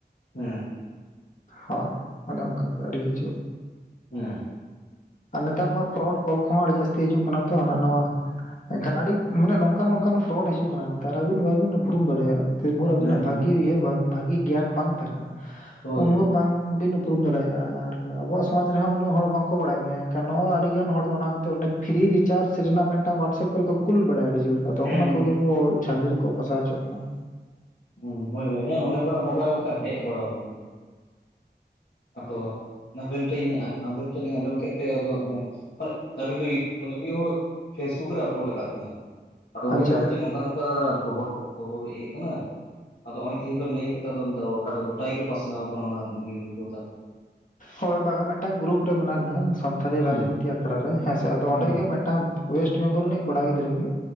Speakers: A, on the left (about 70°); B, on the left (about 45°).
A: ᱦᱮᱸ
B: ᱦᱳᱭ ᱚᱱᱮ ᱚᱱᱠᱟᱜᱮ ᱟᱹᱰᱤ ᱠᱤᱪᱷᱩ
A: ᱦᱮᱸ
B: ᱟᱨ ᱱᱮᱛᱟᱨ ᱢᱟ ᱯᱷᱨᱚᱰ ᱠᱚᱞ ᱠᱚᱦᱚᱸ ᱟᱹᱰᱤ ᱡᱟᱹᱥᱛᱤ ᱦᱤᱡᱩᱜ ᱠᱟᱱᱟ ᱛᱚ ᱦᱟᱱᱟ ᱱᱷᱚᱶᱟ ᱮᱱᱠᱷᱟᱱ ᱟᱹᱰᱤ ᱢᱟᱱᱮ ᱱᱚᱝᱠᱟᱱ ᱱᱚᱝᱠᱟᱱ ᱯᱷᱚᱨᱚᱰ ᱦᱤᱡᱩᱜ ᱠᱟᱱᱟ ᱱᱮᱛᱟᱨ ᱟᱹᱵᱤᱱ ᱵᱟᱵᱤᱱ ᱩᱯᱨᱩᱢ ᱫᱟᱲᱮᱭᱟᱜᱼᱟ ᱛᱤᱱ ᱵᱷᱳᱨ ᱟᱵᱤᱱᱟᱜ
A: ᱦᱮᱸ
B: ᱵᱷᱟᱜᱤ
A: ᱦᱮᱸ
B: ᱩᱭᱦᱟᱹᱨ ᱵᱷᱟᱜᱤ ᱜᱮᱭᱟᱱ ᱵᱟᱝ ᱛᱟᱦᱮᱸᱱᱟ
A: ᱦᱳᱭ
B: ᱩᱱ ᱦᱚᱸ ᱵᱟᱝ ᱵᱤᱱ ᱩᱯᱨᱩᱢ ᱫᱟᱲᱮᱭᱟᱜᱼᱟ ᱟᱨ ᱟᱵᱚᱣᱟᱜ ᱥᱚᱢᱡᱽ ᱨᱮᱦᱚᱸ ᱩᱱᱟᱹᱜ ᱦᱚᱲ ᱵᱟᱝᱠᱚ ᱵᱟᱲᱟᱭ ᱜᱮᱭᱟ ᱮᱱᱠᱷᱟᱱ ᱱᱚᱜᱼᱚ ᱟᱹᱰᱤᱜᱟᱱ ᱦᱚᱲ ᱚᱱᱟᱛ ᱯᱷᱤᱨᱤ ᱨᱤᱪᱟᱨᱡᱽ ᱨᱮᱱᱟᱜ ᱢᱤᱫ ᱴᱟᱝ ᱦᱚᱣᱟᱴᱥᱮᱯ ᱠᱚᱨᱮ ᱠᱚ ᱠᱩᱞ ᱵᱟᱲᱟᱭᱟᱫᱟ ᱟᱹᱰᱤ ᱡᱳᱨ ᱟᱫᱚ
A: ᱦᱮᱸ
B: ᱚᱱᱟ ᱠᱚᱜᱮ ᱟ ᱡᱷᱟᱹᱞᱤ ᱨᱮᱠᱚ ᱯᱟᱥᱟᱣ ᱦᱚᱪᱚᱜ ᱠᱟᱱᱟ
A: ᱦᱮᱸ ᱦᱳᱭ ᱦᱳᱭ ᱦᱮᱸ ᱚᱱᱰᱮ ᱠᱷᱚᱟᱜ ᱢᱳᱵᱟᱭᱤᱞ ᱚᱱᱠᱟ ᱦᱮᱡ ᱵᱟᱲᱟ ᱣᱟᱠᱟᱱ ᱟᱫᱚ ᱟᱵᱮᱱ ᱴᱮᱫ ᱟᱵᱮᱱ ᱴᱮᱱ ᱞᱤᱧ ᱟᱸᱡᱚᱢ ᱠᱮᱫ ᱛᱮ ᱟᱫᱚᱮ ᱟᱹᱞᱤᱧ ᱫᱚ ᱢᱟᱱᱮ ᱢᱤᱫ ᱦᱚᱲ ᱯᱷᱮᱥᱵᱩᱠ ᱨᱮ ᱟᱯᱞᱳᱰᱛ ᱢᱮ ᱟᱨ ᱟᱫᱚ ᱩᱱᱤ
B: ᱟᱪᱪᱷᱟ
A: ᱢᱮᱱᱫᱟ ᱠᱷᱚᱵᱚᱨ ᱠᱷᱚᱵᱚᱨ ᱤᱭᱟᱹᱜ ᱠᱟᱱᱟ ᱟᱫᱚ ᱱᱚᱜᱼᱚᱭ ᱛᱮᱦᱮᱧ ᱵᱮᱱ ᱞᱟᱹᱭ ᱠᱮᱫ ᱜᱚᱴᱟ ᱜᱮ ᱯᱟᱥᱱᱟᱣ ᱟᱠᱟᱱᱟ ᱚᱱᱟ ᱡᱤᱡ ᱫᱚ ᱛᱟᱦᱚᱞᱮ
B: ᱦᱚᱭ ᱵᱟᱝᱟᱦᱟ ᱢᱮ ᱴᱟᱝ ᱜᱩᱨᱩᱯ ᱨᱮ ᱢᱱᱟᱞᱤᱭᱟ ᱥᱟᱱᱛᱷᱟᱤ
A: ᱦᱩᱸ
B: ᱨᱟᱡᱽᱱᱤᱛᱤ ᱟᱠᱷᱲᱟ ᱨᱮ ᱦᱮᱸᱥ ᱟᱫᱚ
A: ᱦᱩᱸ
B: ᱚᱸᱰᱮ ᱜᱮ ᱢᱤᱫᱴᱟᱝ ᱚᱭᱮᱥᱴ ᱵᱮᱝᱜᱚᱞ ᱨᱤᱱᱤᱡ ᱠᱚᱲᱟ ᱜᱤᱫᱽᱨᱟᱹ ᱜᱮ